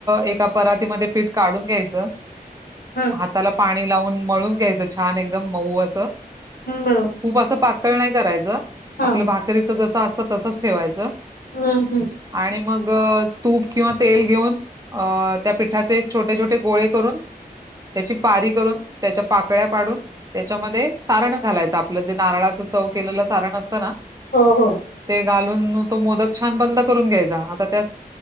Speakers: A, on the right (about 20°); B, on the left (about 75°).
A: एका परातीमध्ये पीठ काढून घ्यायचं.
B: हम्म
A: त्याला पाणी लावून मळून घ्यायचं छान एकदम मऊ असं.
B: हम्म बरोबर
A: खूप असं पातळ नाही करायचं
B: हा
A: आपल्या
B: हम्म
A: भाक री जस असत तसच ठेवायच.
B: हम्म हम्म
A: आणि मग तूप किंवा तेल घेऊन. अ त्या पिठाचे छोटे छोटे गोळे करून. त्याची पारी करून त्याच्या पाकळ्या पाडून. त्याच्यामध्ये सारण घालायचं आपलं जे नारळाचं चव केलेलं सारण असतं ना.
B: हो हो
A: ते घालून तो मोदक छान बंद करून घ्यायचा आता त्या